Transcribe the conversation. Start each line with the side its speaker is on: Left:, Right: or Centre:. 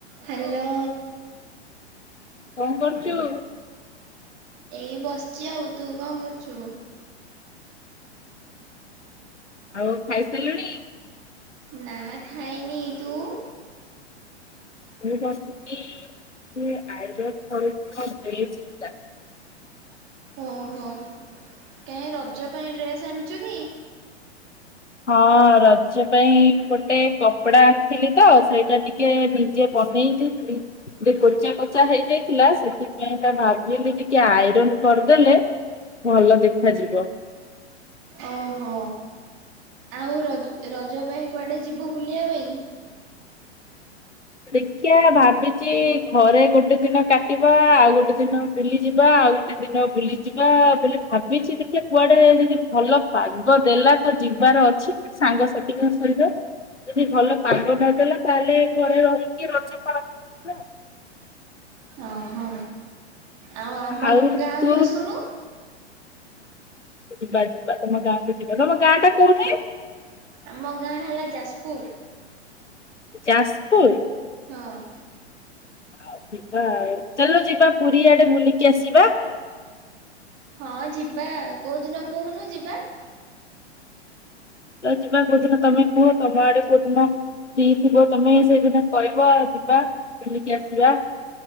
Right: ହ୍ୟାଲୋ।
Left: କଣ କରୁଚୁ?
Right: ଏଇ ବସିଚି ଆଉ। ତୁ କଣ କରୁଚୁ?
Left: ଆଉ ଖାଇସାରିଲୁଣି
Right: ନା ଖାଇନି। ତୁ?
Left: <inaudible> ଟା।
Right: ଓହୋ, କାହିଁ ରଜ ପାଇଁ ଡ୍ରେସ୍ ଆଣିଛୁ କି?
Left: ହଁ ରଜ ପାଇଁ ଗୋଟେ କପଡା ଆଣିଥିଲି ତ ସେଇଟା ଟିକେ ଯିଏ ବନେଇ ଦେଇଥିଲି ଟିକେ ପୋଚା କଚା ହେଇଯାଇଥିଲା ସେଥିପାଇଁ ତା ଭାବିଲି ଟିକେ ଆଇରନ କରିଦେଲେ ଭଲ ଦେଖାଯିବ।
Right: ଓହୋ, ଆଉ ରଜ ରଜ ପାଇଁ କୁଆଡ଼େ ଯିବୁ ବୁଲିବା ପାଇଁ?
Left: ଦେଖିବା, ଭ ଭାବିଚି ଘରେ ଗୋଟେ ଦିନ କାଟିବା ଆଉ ଗୋଟେ ଦିନ ବୁଲିଯିବା, ଆଉ ଗୋଟେ ଦିନ ବୁଲିଯିବା, ବୋଲି ଭାବିଛି ଦେଖିବା କୁଆଡେ ଯଦି ଭଲ ପାଗ ଦେଲା ତ ଯିବାର ଅଛି। ସାଙ୍ଗସାଥିଙ୍କ ସହିତ ଯଦି ଭଲ ପାଗ ନଦେଲା ତାହେଲେ ଘରେ ରହିକି ରଜ ପାଳନ କରିବା
Right: ଓ ହୋ ଆଉ ଆମ
Left: ଆଉ
Right: ଗାଁ
Left: ତୁ
Right: କୁ ଆସୁନୁ?
Left: ଯିବା ଯିବା ତମ ଗାଁକୁ ଯିବା ତମ ଗାଁ ଟା କୋଉଠି?
Right: ଆମ ଗାଁ ହେଲା ଯାଜପୁର।
Left: ଯାଜପୁର?
Right: ହଁ
Left: ଆଉ ଯିବା ଆଉ ଚାଲ ଯିବା ପୁରୀ ଆଡେ ବୁଲିକି ଆସିବା?
Right: ହଁ ଯିବା କେଉଁଦିନ କହୁନୁ ଯିବା?
Left: ଯିବା କୁ ଦିନ ତମେ କୁହ ତମ ଆଡେ କୁ ଦିନ ଫ୍ରି ଥିବ ତମେ ସେଇ ଦିନ କହିବ ଯିବା ବୁଲିକି ଆସିବା